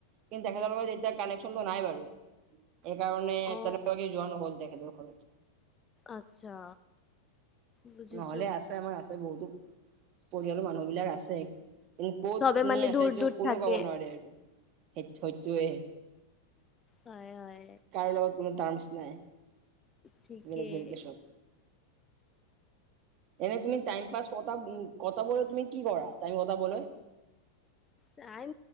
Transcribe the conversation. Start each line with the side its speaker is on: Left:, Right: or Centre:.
Right: কিন্তু তেখেতৰ লগত এতিয়া কানেকশ্যনটো নাই বাৰু। এই কাৰণে
Left: অ
Right: তেনেকুৱাকে যোৱা নহ'ল তেখেতৰ ঘৰত।
Left: আচ্ছা। বুজিছো
Right: নহলে আছে আমাৰ আছে বহুতো পৰিয়ালৰ মানুহ বিলাক আছে। তুমি ক'ত
Left: চবে
Right: শুনি
Left: মানে
Right: আছা
Left: দূৰ
Right: এইটো
Left: দূৰ
Right: কোনেও
Left: থাকে
Right: কব নোৱাৰে আৰু সেই সেইটোৱে
Left: হয় হয়
Right: কাৰো লগত কোনো তাৰ্মছ নাই।
Left: ঠিকেই
Right: বেলেগ বেলেগে চব। এনে তুমি টাইম পাছ কথা উ কটাবলৈ তুমি কি কৰা টাইম কটাবলৈ
Left: টাইম